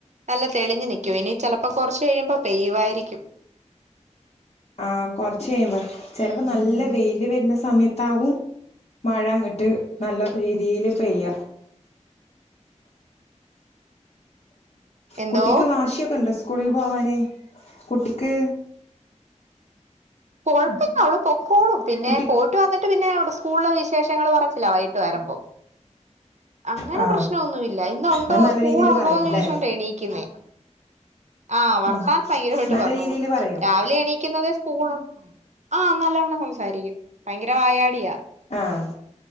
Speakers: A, on the right; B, on the left.
A: നല്ല തെളിഞ്ഞു നിക്കും ഇനി ചിലപ്പോ കുറച്ച്കഴിയുമ്പോ പെയ്യുവായിരിക്കും
B: ആഹ് കൊറച്ച കഴുമ്പോ ചിലപ്പോ
A: ഉം
B: നല്ല വെയില് വരുന്ന സമയത്ത് ത്താവും മഴ അങ്ങിട്ട് നല്ല രീതിയില് പെയ്യ
A: എന്തോ
B: കുട്ടിക്ക് വാശിയൊക്കെ ഉണ്ട് സ്കൂളിൽ പോവാനേ കുട്ടിക്ക്
A: കൊഴപ്പൊന്നു അവൾ പൊ കോളും പിന്നെ
B: കുട്ടി
A: പോയിട്ട് വന്നിട്ട് പിന്നെ അവിടെ സ്കൂളില വിശേഷങ്ങൾ കുറച്ചില്ല വൈകിട്ട് വരുമ്പോ അങ്ങനെ
B: ആ
A: പ്രശ്നൊന്നുമില്ല ഇന്നുണ്ടോ
B: അത് നല്ല
A: സ്കൂൾ
B: രീതിൽ
A: ഉണ്ടോന്ന്
B: പറയുംല്ലേ
A: ചോദിച്ചോണ്ടേ എണീക്കുന്നേ ആ വർത്താനം
B: ഉം
A: ഭയങ്കരമായിട്ട്
B: നല്ല
A: പറഞ്ഞോളൂ
B: രീതിൽ പറയും
A: രാവിലെ എണീക്കുന്നുന്നത് സ്കൂൾ ഉ ആഹ് നല്ലവണ്ണം ശരി ഭയങ്കര വായാടിയാ
B: ആഹ്